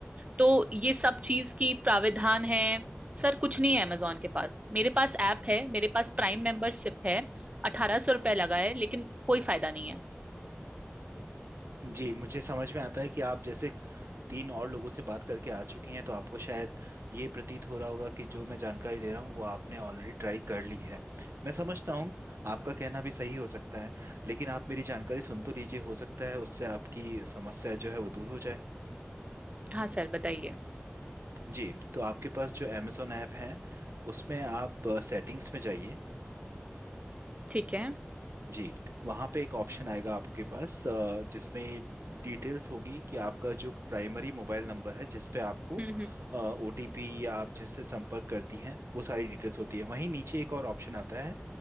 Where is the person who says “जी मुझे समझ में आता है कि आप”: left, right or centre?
Right